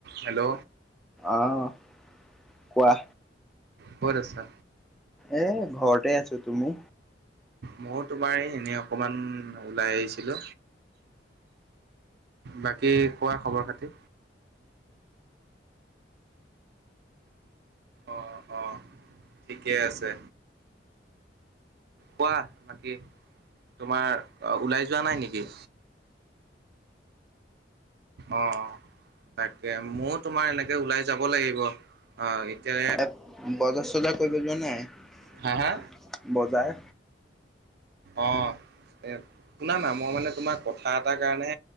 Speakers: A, on the right (about 60°); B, in the centre.
A: হেল্ল'
B: আহ, কোৱা
A: ক'ত আছা
B: এ ঘৰতে আছো তুমি
A: মই তোমাৰ এই এনেই অকণমান ওলাই আহিছিলো বাকী খোৱা খবৰ খাতি অ', অ', ঠিকে আছে কোৱা বাকী তোমাৰ ওলাই যোৱা নাই নেকি
B: <unintelligible>
A: অ', তাকে ময় তোমাৰ এনেকে ওলাই যাব লাগিব অ', এতিয়া
B: এ বজাৰ চজাৰ কৰিব যোৱা নাই
A: হা হা?
B: বজাৰ
A: অ', এ শুনা না মই মানে তোমাৰ কথা এটাৰ কাৰণে